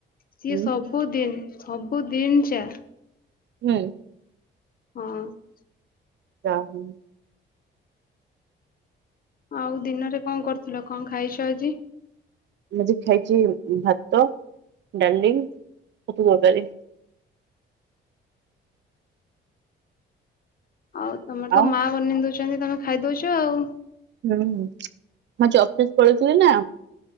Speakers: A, on the left (about 45°); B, on the right (about 65°).
A: ସିଏ
B: ହୁଁ
A: ସବୁଦିନ ସବୁଦିନ ଚା
B: ହୁଁ
A: ହଁ।
B: ଚା ହଁ
A: ଆଉ ଦିନରେ କଣ କରୁଥିଲ, କଣ ଖାଇଛ ଆଜି?
B: ମୁଁ ଆଜି ଖାଇଛି ଭାତ, ଡାଲି, ଛତୁ ତରକରି।
A: ଆଉ ତମର
B: ଆଉ
A: ତ ମା ବନେଇ ଦଉଛନ୍ତି, ତମେ ଖାଇଦଉଛ ଆଉ
B: ହୁଁ ହୁଁ ମୁଁ ଆଜି ଅଫିସ ପଲେଇଥିଲି ନା